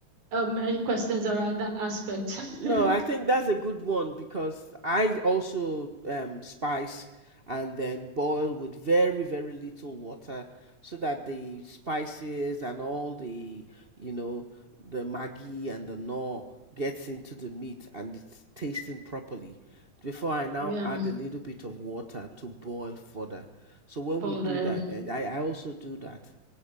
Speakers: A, on the right; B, on the right.
A: um any questions around that aspect?
B: No,
A: <laughs>
B: I think that's a good one because I also um, spice and then boil with very, very little water so that the spices and all the, you know, the Maggi and the gnaw gets into the meat and it's tasting properly. Before I now
A: Yeah,
B: add a little bit of water to boil further. So when
A: for
B: we do
A: the
B: that, and I, I also do that.